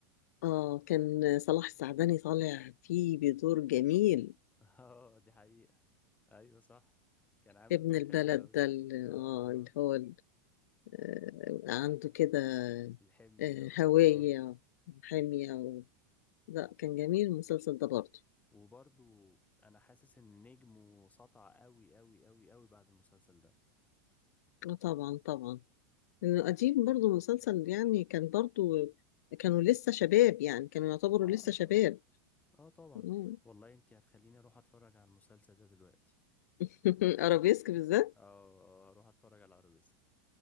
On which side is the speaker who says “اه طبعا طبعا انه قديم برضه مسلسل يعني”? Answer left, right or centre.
Left